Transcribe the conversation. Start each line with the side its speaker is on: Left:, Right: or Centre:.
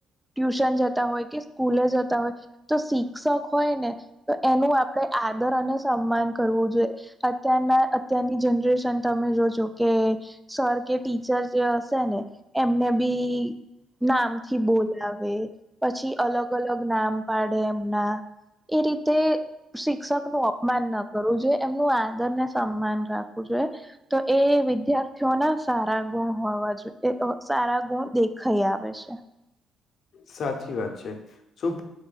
Centre: ટ્યુશન જતા હોય કે સ્કૂલે જતા હોય. તો શિક્ષક હોય ને તો એનું આપણેે આદર અને સ સમ્માન કરવું જોઈએ. અત્યારના અત્યારની જનરેશન તમે જોજો કે સર કે ટીચર જે હશે ને એમને બી નામથી બોલાવે પછી અલગ અલગ નામ પાડે એમના એ રીતે શિક્ષક નું અ અપમાન ન કરવું જોઈએ. એમનું આદરને સન્માન રાખવું જોઈએ. તો એ વિદ્યાર્થીઓ ના સારા ગુણ હોવા જોઈએ. એ તો સારા ગુણ દેખાઈ આવે છે.
Left: સાચી વાત છે. શું